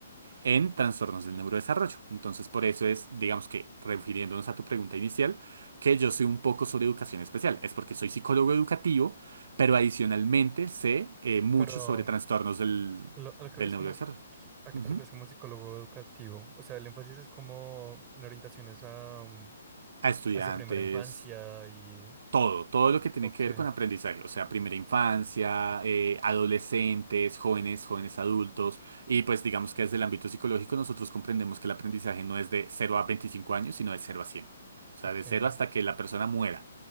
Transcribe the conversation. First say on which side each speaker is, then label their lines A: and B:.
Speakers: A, on the right; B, on the right.
A: en trastornos del neurodesarrollo. Entonces por eso es, digamos que, refiriéndonos a tu pregunta inicial, que yo soy un poco sobre educación especial. Es porque soy psicólogo educativo, pero adicionalmente sé eh, mucho
B: pero
A: sobre trastornos del,
B: lo, a lo que
A: del
B: veo es
A: neurodesarrollo.
B: como, ¿qué- ¿a qué
A: Ujú.
B: te refieres como psicólogo educativo? O sea, el énfasis es como en orientaciones a, mm,
A: A estudiantes.
B: hacia primera infancia y...
A: Todo, todo lo que tiene
B: Ok,
A: que ver con aprendizaje, o sea, primera infancia, eh, adolescentes, jóvenes, jóvenes adultos, y pues digamos que desde el ámbito psicológico nosotros comprendemos que el aprendizaje no es de cero a 25 años, sino de cero a cien o sea,
B: ok.
A: de cero hasta que la persona muera,